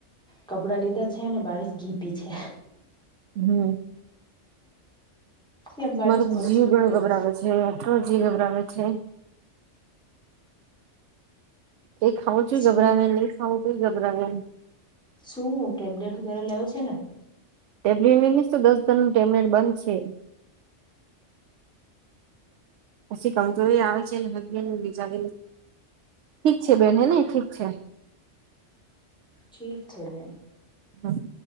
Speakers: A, in the centre; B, on the right.
A: કપડાં લીધા છે ને બારશ ઘીપી છે.
B: હમ
A: એ બારીશ
B: મારો તો
A: પરેશાન
B: જી ઘણો
A: કરે
B: ગભરાવે છે અટલો જી ગભરાવે છે એ ખાઉ છ
A: શું
B: ઘબરાવે નઈ ખાં છ તોું ઘબરાવે
A: શું ટેબ્લેટ વગેરે લેવ છે ને
B: ટેબ્લેટ નીસ દસ જણનું ટેબ્લેટ બંધ છે પછી કમજોરી આવે છે હસબેન્ડ બીજા ઠીક છે બેન હે ન ઠીક છે
A: ઠીક છે બેન
B: હા